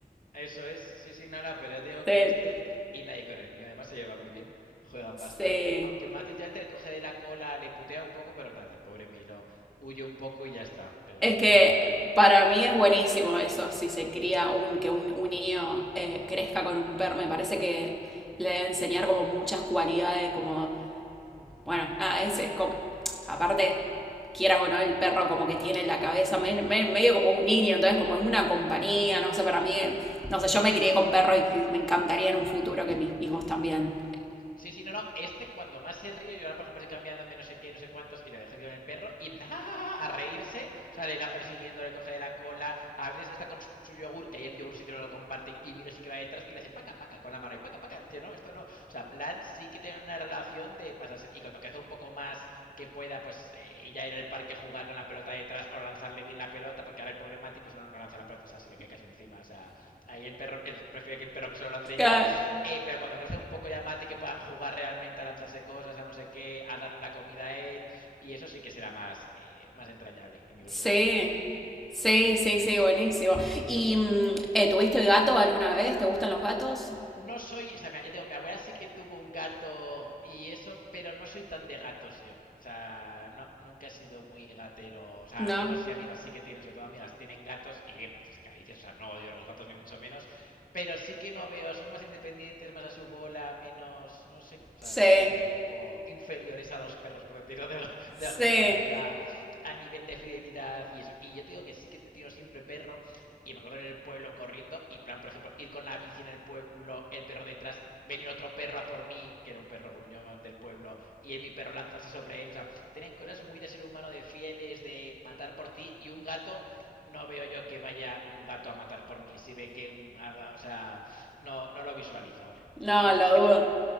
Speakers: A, on the left; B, in the centre.
A: Eso es, sí, sí, no, no, pero ya te digo
B: Sí,
A: que este y nadie con el niño además se lleva muy bien, juegan
B: sí.
A: bastante, aunque Mati últimamente le coge de la cola, le putea un poco, pero nada, el pobre Milo huye un poco y ya está, pero
B: Es
A: no,
B: que
A: no, no, no,
B: para mí es buenísimo eso, si se cría un, que un, un niño eh, crezca con un perro. Me parece que le debe enseñar como muchas cualidades, como, bueno, nada, es, es como, aparte, quieras o no, el perro como que tiene la cabeza me- me- medio como un niño, entonces como es una compañía, no sé, para mí, no sé, yo me crié con perros y que me encantaría en un futuro que mis hijos también.
A: Sí, sí, no, no. Este cuando más se ríe, yo ahora por ejemplo estoy cambiándome no sé qué, no sé cuántos, y le dejo aquí con el perro, y <laughs> empieza "Ja, ja, ja", a reírse. O sea, le va persiguiendo, le coge de la cola. A veces está con su yogur, que ahí el yogur sí que no lo comparte, y miro sí que va detrás, y le hace paca, paca, con la mano, y paca, paca. Y Dice, no, esto no. O sea, plan sí que tiene una relación de pasarse. Y cuando crezca un poco más que pueda, pues eh, ya ir al parque a jugar con la pelota detrás o lanzarle bien la pelota, porque ahora el pobre Mati pues no lanza la pelota, o sea, se le cae casi encima. O sea, ahí el perro, eh, prefiere que el perro que se lo lance
B: eh,
A: yo, eh, pero cuando crecen un poco ya Mati, que puedan jugar realmente a lanzarse cosas, a no sé qué, a darle la comida a él, y eso sí que será más, eh, más entrañable y Milo
B: Sí,
A: será más feliz también.
B: sí, sí,
A: Pero
B: sí,
A: sí,
B: buenísimo. ¿Y mm, eh, tuviste el gato alguna vez? ¿Te gustan los gatos?
A: no soy, o sea, ya digo, mi abuela sí que tuvo un gato y eso, pero no soy tan de gatos yo. O sea, no, nunca he sido muy gatero. O sea,
B: No.
A: amigos y amigas sí que tienen, sobre todo amigas, tienen gatos y bien, pues les acaricias. O sea, no odio los gatos ni mucho menos, pero sí que no veo, son más independientes, más a su bola, menos, no sé, o sea,
B: Sí,
A: los veo un poco inferiores a los perros, por decirlo de, de
B: sí.
A: alguna manera, a nivel de fidelidad y eso. Y yo te digo que sí que he tenido siempre perro, y me acuerdo en el pueblo corriendo y plan, por ejemplo, ir con la bici en el pueblo, el perro detrás, venir otro perro a por mí, que era un perro gruñón del pueblo, y él, mi perro lanzarse sobre él. O sea, tienen cosas muy de ser humano, de fieles, de matar por ti, y un gato, no veo yo que vaya un gato a matar por mí si ve que un haga, o sea, no, no lo visualizo.
B: No,
A: Y eso,
B: lo
A: sí que
B: dudo.
A: tuve